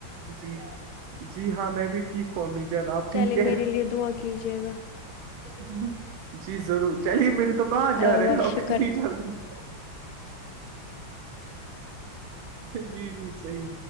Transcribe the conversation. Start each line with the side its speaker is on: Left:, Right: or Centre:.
Right: جی جی ہاں میں بھی ٹھیک ہا مج آپ ٹھیک
Left: چلے
Right: ہے
Left: میرے لیے دعا کیجیے
Right: جی جی ضرور چلیے میری تو کہاں
Left: گا
Right: جا رہے آپ
Left: شکر
Right: اتنی جلدی <inaudible> جی جی صحی